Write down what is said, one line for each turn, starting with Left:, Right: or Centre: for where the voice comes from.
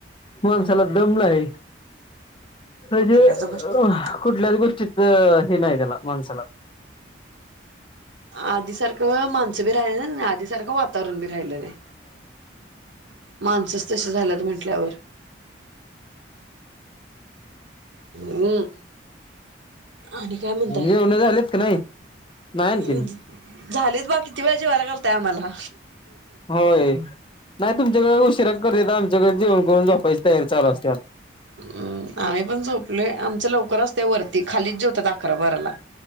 Left: माणसाला दमला आहे. अजे
Right: कुठल्याच गोष्टी
Left: कुठल्या गोष्टीच नयला मानसला
Right: आधी सारखं माणसं बी राहिलं ना आधी सारखं वातावरण बी राहील नाही माणसाच तस झालं त म्हंटल्यावर हम्म, आणि काय म्हणताय
Left: जेवण झालेत का नाही? नाही आणखीन
Right: <unintelligible> झालेच बा किती वेळा जेवायला घलताय आम्हाला.
Left: होय नाही तुमच्याकडे उशिरा करते, तर आमच्याकडे जेवण करून जोपायची तयार चालस
Right: हम्म आम्ही पण झोपलो आमच, लवकर असते वरती खालीच जेवतात अकरा बराला.